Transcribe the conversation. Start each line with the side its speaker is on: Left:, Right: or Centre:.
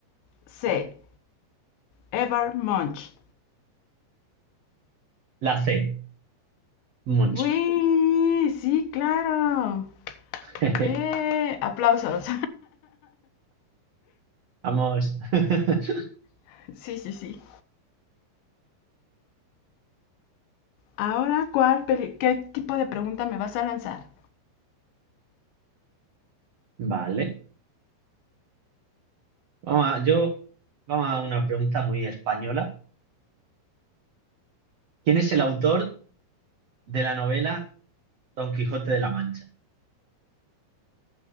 Left: C. Edvard Munch.
Right: La C, mucho.
Left: ¡Uy! Sí, claro.
Right: <laughs>
Left: Eh, aplausos.
Right: Vamos. <laughs>
Left: <laughs> sí, sí, sí. Ahora, ¿cuál peli- ¿qué tipo de pregunta me vas a lanzar?
Right: Vale. Vamos a, yo, vamos a una pregunta muy española. ¿Quién es el autor de la novela Don Quijote de la Mancha?